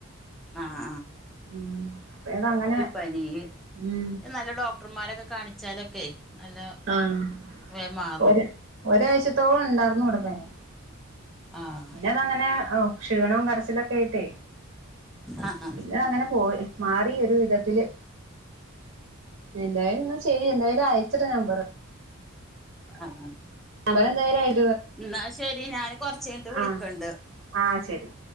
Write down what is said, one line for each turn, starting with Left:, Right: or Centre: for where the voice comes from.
Centre: ആഹ്
Right: ഉം അപ്പയതങ്ങനെ
Centre: അ നിയ്യ്
Right: ഉം
Centre: നല്ല ഡോക്ടർമാരൊക്കെ കാണിച്ചാലൊക്കെ നല്ല
Right: ആ ഹ്
Centre: വേം മാറും
Right: ഒരു ഒരായിചതോളണ്ടായിരുന്നു ഇവിടെ പനി
Centre: ആഹ്
Right: ഇന്നങ്ങന ക്ഷീണവും കരച്ചിലൊക്കെ ആയിട്ടേ
Centre: ആഹ് ആഹ്
Right: പിന്നെ അങ്ങനെ പോയി മാറി ഒരു വിധത്തില് എന്തായാലും എന്ന ശരി എന്ന ഞാനഅയച്ച ഇതാ നമ്പറ്
Centre: ആഹ്
Right: അവരെന്തായാലയി
Centre: എന്നാ ശരി ഞാൻ കൊറച്ച് കഴിഞ്ഞിട്ട് വിളിക്കണണ്ട്
Right: ആഹ് ആഹ് ശരി